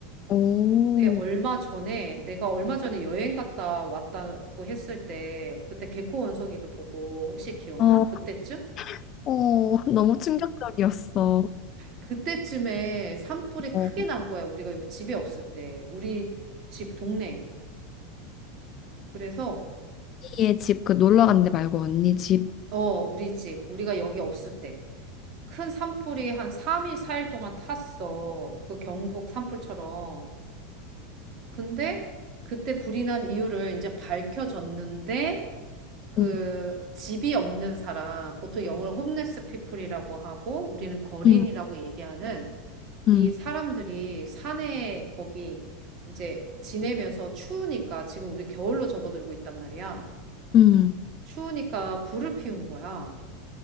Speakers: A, on the left; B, on the right.
A: 오,
B: 그때 얼마 전에 내가 얼마 전에 여행 갔다 왔다고 했을 때 그때 개코 원숭이도 보고 혹시 기억나?
A: 어, 어,
B: 그때쯤?
A: <laughs> 너무 충격적이었어.
B: 그때쯤에 산불이
A: 어,
B: 크게 난 거야. 우리가 여기 집에 없을 때. 우리 집 동네에. 그래서
A: 언니의 집 그 놀러 간데 말고 언니 집.
B: 어, 우리 집. 우리가 여기 없을 때. 큰 산불이 한 3일, 4일 동안 탔어. 그 경북 산불처럼. 근데 그때 불이 난 이유를 이제 밝혀졌는데 그
A: 응
B: 집이 없는 사람, 보통 영어로 홈레스 피플이라고 하고 우리는 거린이라고
A: 응
B: 얘기하는 이
A: 응
B: 사람들이 산에 거기 이제 지내면서 추우니까 지금 우리 겨울로 접어들고 있단 말이야.
A: 응.
B: 추우니까 불을 피운 거야.